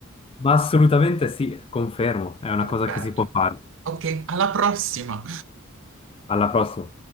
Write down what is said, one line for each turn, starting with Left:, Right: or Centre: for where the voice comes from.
Left: Ma assolutamente sì, confermo, è una
Right: Perfetto.
Left: cosa che si può fare.
Right: Ok, alla prossima!
Left: Alla prossima.